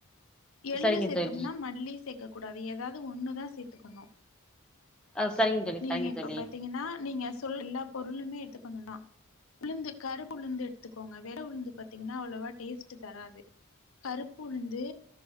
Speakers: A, on the left (about 65°); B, in the centre.
A: எள்ளு
B: சரிங்க
A: சேத்தோம்னா
B: தோழி
A: மல்லி சேக்க கூடாது ஏதாவ்து ஒன்னுதா சேத்துக்கணூ
B: ஆ சரிங்க தோழி
A: நீங்க
B: சரிங்க
A: இப்ப
B: தோழி
A: பாத்தீங்கன்னா நீங்க சொல் எல்லா பொருளுமே எடுத்துக்கணுன்னா உளுந்து கருப்பு உளுந்து எடுத்துக்கோங்க வெள்ள உளுந்து பாத்தீங்கன்னா அவ்ளவா டேஸ்ட் தராது கருப்பு உளுந்து